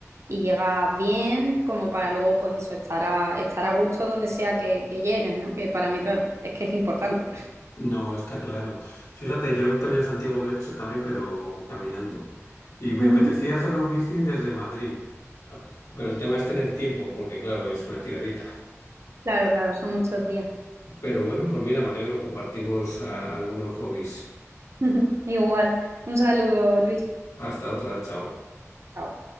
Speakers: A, on the right; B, on the left.
A: y llegas bien, como para luego, pues eso, estar a, estar a gusto donde sea que, que llegues, ¿no? Que para mí que- es que es importante.
B: No, está claro. Fíjate, yo el Camino de Santiago lo he hecho también, pero caminando. Y me
A: Ujú.
B: apetecía hacerlo en bici desde Madrid. Ah, Pero el tema es tener tiempo, porque claro, es una tiradita.
A: Claro, claro, son muchos días.
B: Pero bueno, pues mira, me alegro, compartimos ah, algunos hobbies.
A: <laughs> Igual. Un saludo, Luis.
B: Hasta otra, chao.
A: Chao.